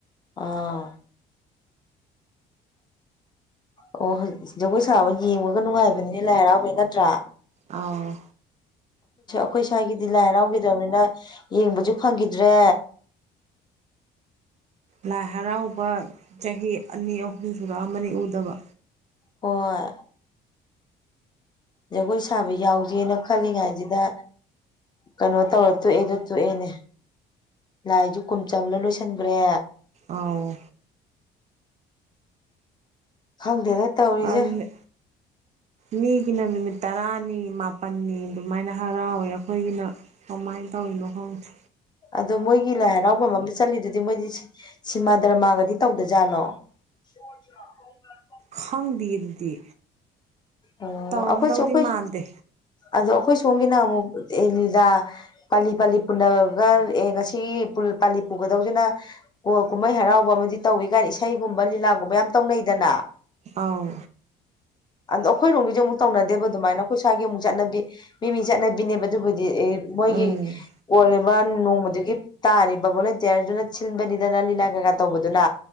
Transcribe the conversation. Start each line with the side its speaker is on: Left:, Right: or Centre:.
Left: ꯑꯥ ꯑꯣ ꯖꯒꯣꯏ ꯁꯥꯕ ꯌꯦꯡꯕꯒ ꯅꯨꯡꯉꯥꯏꯕꯅꯤꯅꯦ ꯂꯥꯏ ꯍꯔꯥꯎꯕꯩ ꯅꯠꯇ꯭ꯔꯥ
Right: ꯑꯥꯎ
Left: ꯑꯈꯣꯏ ꯁ꯭ꯋꯥꯏꯒꯤꯗꯤ ꯂꯥꯏ ꯍꯔꯥꯎꯈꯤꯗꯕꯅꯤꯅ ꯌꯦꯡꯕꯁꯨ ꯐꯪꯈꯤꯗ꯭ꯔꯦ
Right: ꯂꯥꯏ ꯍꯔꯥꯎꯕ ꯆꯍꯤ ꯑꯅꯤ ꯑꯍꯨꯝ ꯁꯨꯔꯛꯑꯃꯃꯅꯤ ꯎꯗꯕ
Left: ꯍꯣꯏ ꯖꯒꯣꯏ ꯁꯥꯕ ꯌꯥꯎꯖꯦꯅ ꯈꯜꯂꯤꯉꯥꯏꯁꯤꯗ ꯀꯩꯅꯣ ꯇꯧꯔ ꯇꯣꯛꯑꯦꯗꯣ ꯇꯣꯛꯑꯦꯅꯦ ꯂꯥꯏꯁꯨ ꯀꯨꯝ ꯆꯜꯕꯗ ꯂꯣꯏꯁꯟꯒꯔ꯭ꯦ
Right: ꯑꯥꯎ
Left: ꯈꯪꯗꯦꯗ ꯇꯧꯔꯤꯁꯦ
Right: ꯑꯗꯨꯅꯦ
Left: <inaudible>
Right: ꯃꯤꯒꯤꯅ ꯅꯨꯃꯤꯠ ꯇꯔꯥꯅꯤ ꯃꯥꯄꯟꯅꯤ ꯑꯗꯨꯃꯥꯏꯅ ꯍꯔꯥꯎꯋꯦ ꯑꯈꯣꯏꯒꯤꯅ ꯀꯃꯥꯏꯅ ꯇꯧ ꯇꯧꯔꯤꯅꯣ ꯈꯪꯗꯦ
Left: ꯑꯗꯣ ꯃꯣꯏꯒꯤ ꯂꯥꯏ ꯍꯔꯥꯎꯐꯝ ꯑꯃ ꯆꯠꯂꯤꯗꯨꯗꯤ ꯃꯣꯏꯗꯤ ꯁꯤꯃꯥ ꯗꯔꯃꯥꯒꯗꯤ ꯇꯧꯗꯖꯥꯠꯂꯣ <unintelligible>
Right: ꯈꯪꯗꯤꯌꯦ ꯑꯗꯨꯗꯤ
Left: ꯑꯣ
Right: ꯇꯧꯔꯝꯗꯧꯗꯤ
Left: ꯑꯈꯣꯏꯁꯨ ꯑꯈꯣꯏ
Right: ꯃꯥꯟꯗꯦ
Left: ꯑꯗꯣ ꯑꯈꯣꯏ ꯁꯣꯝꯒꯤꯅ ꯑꯃꯨꯛ ꯑꯦ ꯂꯤꯂꯥ ꯄꯥꯂꯤ ꯄꯥꯂꯤ ꯄꯨꯅꯔꯒ ꯑꯦ ꯉꯁꯤ ꯄꯨꯜ ꯄꯥꯂꯤ ꯄꯨꯒꯗꯧꯁꯤꯅ ꯀꯣ ꯀꯨꯝꯍꯩ ꯍꯔꯥꯎꯕ ꯇꯧꯏ ꯀꯥꯏꯅ ꯏꯁꯩꯒꯨꯝꯕ ꯂꯤꯂꯥꯒꯨꯝꯕ ꯌꯥꯝ ꯇꯧꯅꯩꯗꯅ
Right: ꯑꯥꯎ
Left: ꯑꯗꯣ ꯑꯈꯣꯏꯔꯣꯝꯒꯤꯖꯨ ꯑꯃꯨꯛ ꯇꯧꯅꯗꯦꯕ ꯑꯗꯨꯃꯥꯏꯅ ꯑꯈꯣꯏ ꯁ꯭ꯋꯥꯢꯒꯤ ꯑꯃꯨꯛ ꯆꯠꯅꯕꯤ ꯃꯤ ꯃꯤ ꯆꯠꯅꯕꯤꯅꯦꯕ ꯑꯗꯨꯕꯨ ꯗꯤ ꯑꯦ ꯃꯣꯏꯒꯤ
Right: ꯎꯝ
Left: ꯀꯣꯜꯂꯤꯕ ꯅꯣꯡ ꯃꯗꯨꯒꯤ ꯇꯥꯔꯤꯕ ꯕꯣꯂꯨꯟꯇꯤꯌꯥꯔ ꯗꯨꯅ ꯁꯤꯟꯕꯅꯤꯗꯅ ꯂꯤꯂꯥ ꯀꯩꯀꯥ ꯇꯧꯕ ꯗꯨꯅꯥ